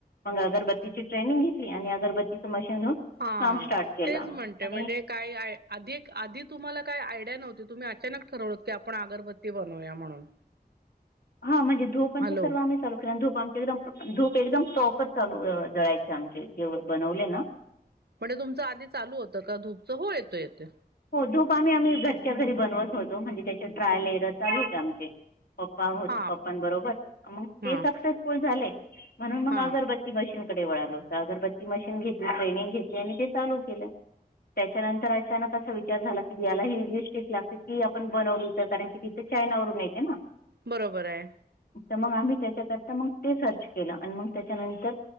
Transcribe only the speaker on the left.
मंग अगरबत्तीची ट्रेनिंग घेतली आणि अगरबत्तीचं मशीन घेऊन
काम स्टार्ट केलं
आणि
हां म्हणजे धूंप अनं
ते सर्व आम्हीं चालूं केलं आहे म्हणजे धूंप बांम एकदंम धूंप एकदंम प्रॉपर चालूं जळांयचे आमचे जे बनवले नां
हो धूंप आम्हीं आम्हीं घरच्यां घरी बनवंत होतो म्हणजे त्यांचे ट्रायंल येरं चालूं होते आमचे हो पप्पां
बरोबर मंग ते
सक्सेसफुंल झाले म्हणूंन मंग
अगरबत्ती मशीनकडे वळांल होतं अगरबत्ती मशीन घेतली ट्रेनिंग घेतली आणि ते चालूं केलं त्यांच्यानंतर अचांनक असां विचारं झालायं की यांला हं टीक लागते की आपणं बनवलीच कारणं की ते चांयना वरूंन येते नां
तरं मंग आम्हीं त्यांच्याकरतां मंग ते सर्च केलं आणि मंग त्यांच्यानंतर